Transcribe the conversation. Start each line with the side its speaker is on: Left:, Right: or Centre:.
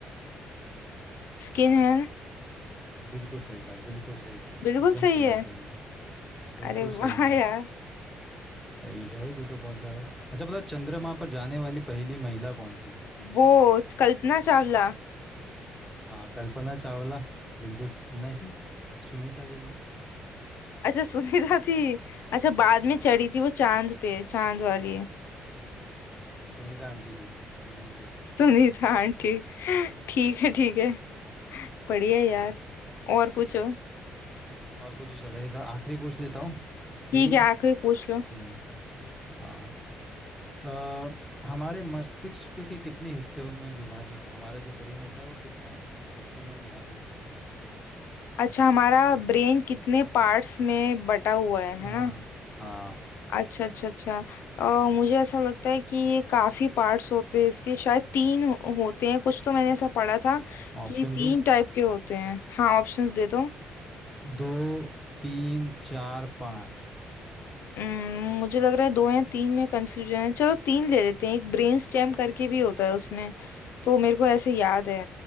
Left: स्किन है ना?
Centre: स- बिल्कुल सही कहा बिल्कुल सही कहा
Left: बिल्कुल
Centre: एकदम
Left: सही
Centre: सही
Left: है
Centre: आंसर दिया बिल्कुल
Left: अरे <laughs>
Centre: सही
Left: वाह
Centre: कहा
Left: यार
Centre: सही है भाई तू तो बहुत ज़्यादा अच्छा पता है, चंद्रमा पर जाने वाली पहली महिला कौन थी
Left: वो कल्पना चावला
Centre: हाँ कल्पना चावला बिल्कुल स- नहीं सुनीता विलियम्स
Left: अच्छा सुनीता थी अच्छा बाद
Centre: हाँ
Left: में चढ़ी थी वो चांद पे चांद वाली
Centre: हम्म, सुनीता आंटी थी एकदम सही कहा
Left: सुनीता आंटी ठीक है
Centre: हम्म
Left: ठीक है बढ़िया यार और
Centre: हम्म
Left: पूछो
Centre: और पूछो चलो एक आखिरी पूछ लेता हूँ
Left: ठीक
Centre: कि
Left: है आखिरी पूछ
Centre: हम्म
Left: लो
Centre: हाँ अ, हमारे मस्तिष्क के कितने हिस्सों में विभाजित है हमारा जो ब्रेन होता है वो कितने हिस्सों में विभाजित है
Left: अच्छा हमारा ब्रेन कितने पार्ट्स में बटा हुआ है
Centre: हाँ
Left: है ना
Centre: हाँ
Left: अच्छा अच्छा अच्छा अ, मुझे ऐसा लगता है कि ये काफी पार्ट्स होते हैं इसके शायद तीन हो- होते हैं कुछ तो मैंने ऐसा पढ़ा था
Centre: ऑप्शन
Left: कि तीन
Centre: दो
Left: टाइप के होते हैं हाँ ऑप्शंस दे दो
Centre: दो तीन चार पाँच
Left: हम्म, मुझे लग रहा है दो या तीन में कंफ्यूजन है चलो तीन ले लेते हैं एक ब्रेन स्टेम करके भी होता है उसमें तो मेरे को ऐसे याद है